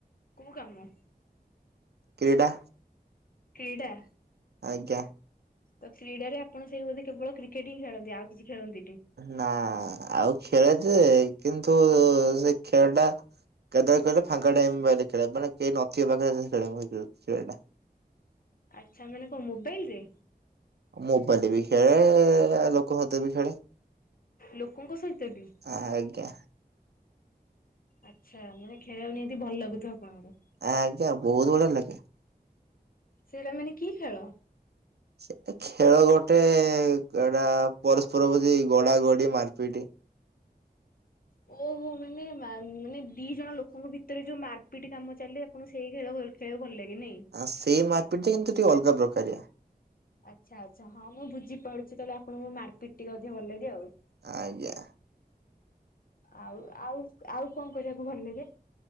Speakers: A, on the left; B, on the right.
A: କୋଉ କାମ?
B: କ୍ରୀଡ଼ା।
A: କ୍ରୀଡା?
B: ଆଜ୍ଞା।
A: ତ କ୍ରୀଡ଼ାରେ ଆପଣ ସେଇ ବୋଧେ କେବଳ କ୍ରିକେଟ୍ ହିଁ ଖେଳନ୍ତି ଆଉ କିଛି ଖେଳନ୍ତିନି।
B: ନା ଆଉ ଖେଳେ ଯେ କିନ୍ତୁ ସେ ଖେଳଟା କେତେବେଳେ କହିଲେ ଫାଙ୍କା ଟାଇମ ପାଇଲେ ଖେଳେ ମାନେ କେହି ନଥିବ ପାଖରେ ଖେଳେ ମୁଁ ସେଇ ଖେଳଟା।
A: ଆଚ୍ଛା ମାନେ କଣ ମୋବାଇଲରେ?
B: ମୋବାଇଲରେ ବି ଖେଳେ ଲୋକଙ୍କ ସହିତ ବି ଖେଳେ।
A: ଲୋକଙ୍କ ସହିତ ବି?
B: ଆଜ୍ଞା
A: ଆଚ୍ଛା ମାନେ ଖେଳିବାକୁ ନିହାତି ଭଲ ଲାଗୁଥିବ। ଆପଣଙ୍କୁ।
B: ଆଜ୍ଞା ବହୁତ ବଢିଆ ଲାଗେ।
A: ସେଟା ମାନେ କି ଖେଳ?
B: ସେ ତ ଖେଳ ଗୋଟେ ଏଟା ପରସ୍ପର ପ୍ରତି ଗଡା ଗଡି ମାରିପିଟ
A: <inaudible> ଓହୋ ମାନେ ମାନେ ଦି ଜଣ ଲୋକଙ୍କ ଭିତରେ ଯୋଉ ମାରପିଟ କାମ ଚାଲେ ଆପଣ ସେଇ ଖେଳ ଖେଳକୁ ଭଲ ଲାଗେ ନାଇଁ?
B: ଆ ସେଇ ମାରପିଟ ଟା କିନ୍ତୁ ଟିକେ ଅଲଗା ପ୍ରକାରିଆ।
A: ଆଚ୍ଛା ଆଚ୍ଛା ହଁ ମୁଁ ବୁଝିପାରୁଛି ତାହଲେ ଆପଣଙ୍କୁ ମାରପିଟ୍ ଟିକେ ଅଧିକା ଭଲଲାଗେ ଆଉ।
B: ଆଜ୍ଞା।
A: ଆଉ ଆଉ ଆଉ କଣ କରିବାକୁ ଭଲ ଲାଗେ?